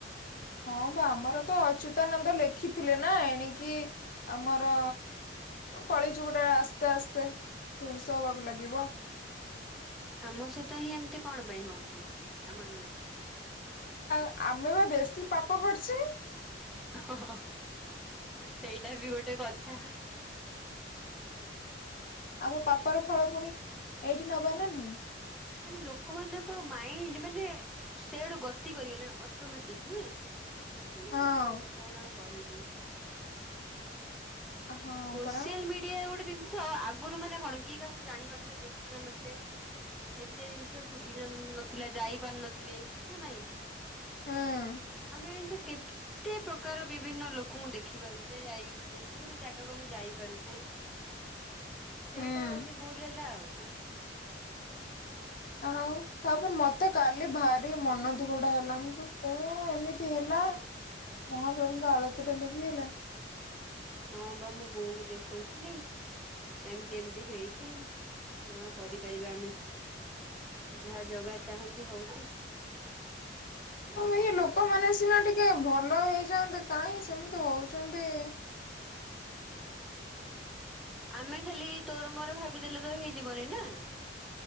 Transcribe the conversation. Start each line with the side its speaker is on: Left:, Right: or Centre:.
Left: ହଁ ବା ଆମର ତ ଅଚ୍ୟୁତାନନ୍ଦ ଲେଖିଥିଲେ ନା। ଏଣିକି ଆମର କଳିଯୁଗଟା ଆସ୍ତେ ଆସ୍ତେ ଧ୍ଵଂସ ହବାକୁ ଲାଗିବ।
Centre: ଆମ ସହିତ ହିଁ ଏମତି କଣ ପାଇଁ ହଉଛି? ଆମରି ଭଳି।
Left: ଆଉ ଆମେ ବା ବେଶୀ ପାପ କରିଛେ।
Centre: ଓ ଓ ସେଇଟା ବି ଗୋଟେ କଥା।
Left: ଆମ ପାପ ର ଫଳ ପୁଣି ଏଇଠି ନବା ନା ନାହଁ?
Centre: ମାନେ ଲୋକମାନଙ୍କ ମାଇଣ୍ଡ୍! ମାନେ-ଏ ସେଇଆଡୁ ଗତି କରିଗଲେ, ଅଟୋମେଟିକ୍ ନୁହେଁ। ମାନେ
Left: ହଁ।
Centre: କଣ ଆଉ କହିବି?
Left: ହଁ
Centre: ସୋସିଆଲ
Left: ପରା।
Centre: ମିଡିଆ ଗୋଟେ ଜିନିଷ, ଆଗରୁ ମାନେ କଣ କିଏ କାହାକୁ ଜାଣି ପାରୁନଥିଲେ ଦେଖି ପାରୁନଥିଲେ? ଏତେ ଜିନିଷ ସୁବିଧା ନଥିଲା। ଯାଇ ପାରୁ ନଥିଲେ ନା ନାଇଁ।
Left: ହୁଁ।
Centre: ଆମେ ଏଇଞ୍ଚା କେ ତେ ପ୍ରକାର ବିଭିନ୍ନ ଲୋକଙ୍କୁ ଦେଖିପାରୁଛେ, ଯାଇ ପାରୁଛେ, ମାନେ ଜାଗାକୁ ଆମେ ଯାଇପାରୁଛେ, ସେଇଟା
Left: ହୁଁ
Centre: ହଉଛି ଭୁଲ୍ ହେଲା ଆଉ।
Left: ଆଉ, ତା'ପରେ ମତେ କାଲି ଭାରି ମନ ଦୁଖଡ଼ା ହେଲା। ମୁଁ କହି କଣ ଏମିତି ହେଲା? ମହାପ୍ରଭୁଙ୍କ ଆଳତୀଟା ଲିଭିଅଲା।
Centre: ହଁବା, ମୋ ବୋଉ କୁ ଦେଖଉଥିଲି। ଏମତି ଏମତି ହେଇଛି, କଣ କରିପାରିବା ଆମେ? ଯାହା ଜଗା ଚାହୁଁଛି, ହଉଛି।
Left: ହଁ,
Centre: ଆଉ
Left: ମ
Centre: କଣ
Left: ଏଇ ଲୋକମାନେ
Centre: କରିବା।
Left: ସିନା ଟିକେ ଭଲ ହେଇଯାଆନ୍ତେ, କାହିଁ ସେମିତି ହଉଛନ୍ତି?
Centre: ଆମେ ଖାଲି, ତୋର ମୋର ଭାବିଦେଲେ ତ ହେଇଯିବନି ନା?